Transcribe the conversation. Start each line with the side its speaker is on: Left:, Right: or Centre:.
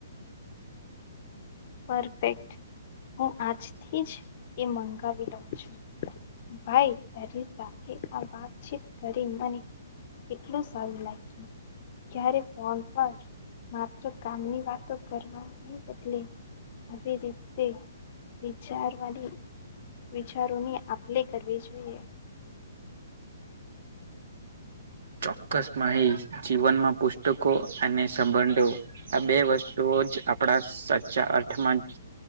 Left: પરફેક્ટ હું આજથી જ એ મંગાવી લઉં છું. ભાઈ તારી સાથે આ વાતચીત કરી મને કેટલું સારું લાગ્યું ક્યારેક ફોન પર માત્ર કામની વાતો કરવાની બદલે આવી રીતે વિચારવાની વિચારોની આપ લે કરવી જોઈએ.
Right: ચોક્કસ માહી જીવનમાં પુસ્તકો અને સંબંધો આ બે વસ્તુઓ જ આપણા સાચા અર્થમાં